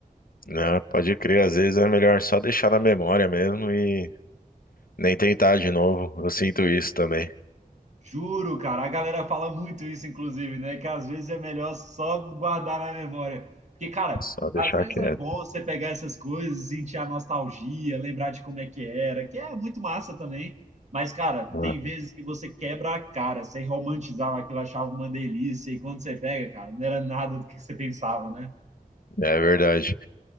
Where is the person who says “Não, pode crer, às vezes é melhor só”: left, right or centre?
Left